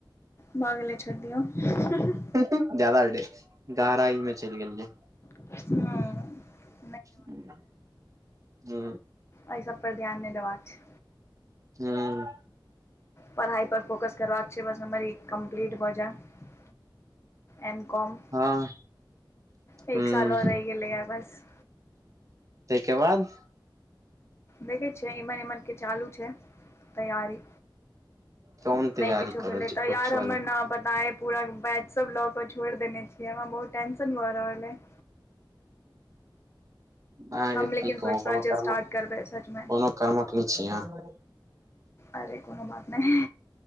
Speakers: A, on the left (about 30°); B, on the right (about 40°).
A: भ गेले छोड़ि दियौ हु हु।
B: हु हू ज्यादा गहराई में चलि गेलियै।
A: हु।
B: ह हू
A: एहि सभ पर ध्यान नहि देबाक छै।
B: हू।
A: पढ़ाइ पर फोकस करबाक छै बस हमर ई कम्प्लीट भ जाय। एम कॉम
B: हँ
A: एक
B: हुँ
A: साल और रहि गेलये बस
B: तय के बाद।
A: देखै छियै इमहर इमहर के चालू छै तैयारी।
B: कोन
A: नहि
B: तैयारी
A: किछु
B: क रहल
A: भेलै
B: छी
A: तऽ
B: कुछो
A: यार हमर
B: नहि
A: न पूरा बैच सभ लऽ कऽ छोड़ि देने छियै हमरा बहुत टेंशन भऽ रहल अइ
B: अहाँके
A: हम लेकिन
B: की कहू
A: सोचि
B: कोनो
A: रहल छियै
B: कर्म
A: स्टार्ट
B: कोनो
A: करबै सचमे
B: कर्मक नय छी अहाँ।
A: अरे कोनो बात नहि।